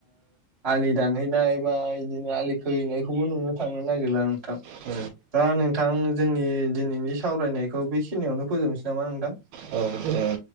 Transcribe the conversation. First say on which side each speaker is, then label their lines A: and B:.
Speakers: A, on the right (about 30°); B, on the right (about 65°).
A: आलि दानहैनाय बा इदिनो आलि खोहैनायखौबो नुनो थांनो नागिरला नोंथां
B: औ
A: दा नोंथां जोंनि दिनैनि सावरायनायखौ बेखिनियावनो फोजोबनोसै नामा नोंथां?
B: औ औ दे